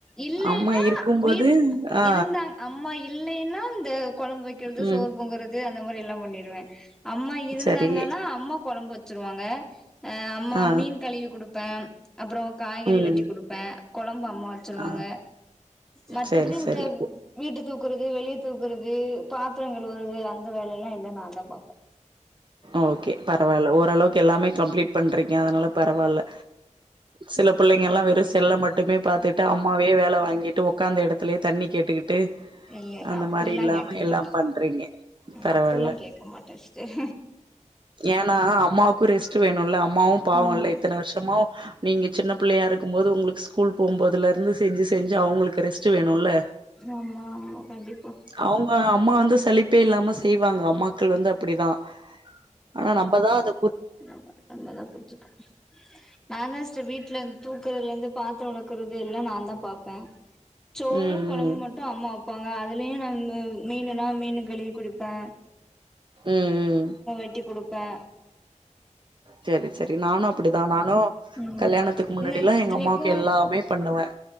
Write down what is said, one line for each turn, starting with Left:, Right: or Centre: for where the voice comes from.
Centre: இல்லைனா
Right: அம்மா இருக்கும்போது
Centre: வீட்
Right: ஆ
Centre: இருந்தாங் அம்மா இல்லைனா இந்த கொழம்பு வெக்கிறது
Right: ம்
Centre: சோறு பொங்கறது அந்த மாரி எல்லாம் பண்ணடுவே அம்மா இருந்தாங்க
Right: சரி
Centre: ன்னா கொழம்பு வச்சிருவாங்க அ அம்மா
Right: ஆ
Centre: மீன் கழுவி குடுப்பே அப்புறோ காய்கறி
Right: ம்
Centre: வெட்டிக் குடுப்பே கொழம்பு அம்மா வெச்சருவாங்க
Right: ஆ
Centre: மத்தபடி
Right: சரி
Centre: இந்த
Right: சரி
Centre: வீட்டுக்கு க்குறது வெளியே தூக்குறது பாத்திரங்கழுவறது அந்த வேலையல்லா எல்லா நா தா பாப்பே
Right: ஓகே பரவாயில்ல ஓரளவுக்கு எல்லாமே கம்ப்ளீட் பண்றீ ங்க அதனால பரவாயில்ல சில பிள்ளைங்க எல்லா வெறு செல்ல மட்டுமே பாத்துட்டு அம்மாவயே வேலை வா வாங்கிட்டு உக்காந்த எடத்துலயே தண்ணி கேட்டுக்கிட்டு
Centre: இல்ல இல்ல
Right: அந்த
Centre: அப்டிலா
Right: மாரி இல்லாம
Centre: கேக்க
Right: எல்லாம்
Centre: மாட்டா
Right: பண்றீங்க பரவாயில்ல
Centre: அப்டில்லா கேக்க மாட்டே சிஸ்டர்
Right: ஏன்னா அம்மாவுக்கு ரெஸ்ட் வேணும்ல அம்மாவு பாவம்ல
Centre: ஆமா
Right: இத்தன வருஷமா நீங்கள் சின்ன பிள்ளையா இருக்கும்போது உங்களுக்கு ஸ்கூல் போகும்போதுலேருந்து செஞ்சு செஞ்சு அவங்களுக்கு ரெஸ்ட்டு வேணுல
Centre: ஆமா ஆமா கண்டிப்பா
Right: அவங்க அம்மா வந்து சலிப்பே இல்லாம செய்வாங்க அம்மாக்கள் வந்து அப்டிதா ஆனா நம்பதா அது
Centre: நம்ம நம்மதாபுரிஞ்சுக்கனு நா தா சர் வீட்டுல தூக்குறதுல இருந்து பாத்திர வெளக்கறது எல்லா நா தா பாப்பே சோறு
Right: ம்
Centre: கொழம்பு
Right: ம்
Centre: மட்டு அம்மா ப்பாங்க அதுலயு நம்ம மீனுன்னா மீன் கழுவி குடுப்பே
Right: ம் ம்
Centre: ட்டிக்குடுப்பே
Right: செரி செரி நானு அப்டிதா நானு
Centre: ம்
Right: கல்யாணத்துக்கு முன்னாடில்லா
Centre: இல்ல இத்தனைக்கு
Right: எங்க அம்மாவுக்கு எல்லாமே பண்ணுவே